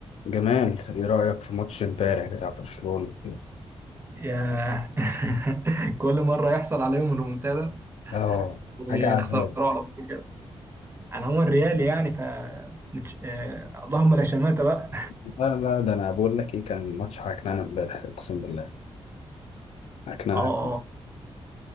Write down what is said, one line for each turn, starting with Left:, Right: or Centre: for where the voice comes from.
Left: جمال ايه رأيك في ماتش امبارح بتاع برشلونة
Right: ياه <laughs> كل مرة يحصل عليهم الريمونتادا
Left: اه
Right: ويخسروا
Left: حاجة عذاب
Right: على طول كده انا عموما ريالي يعني ف متش... آه... اللهم لا شماتة بقى
Left: لا لا ده انا بقول لك ايه كان ماتش عكنانة امبارح اقسم بالله عكنانة
Right: <laughs> اه
Left: عكنانة
Right: اه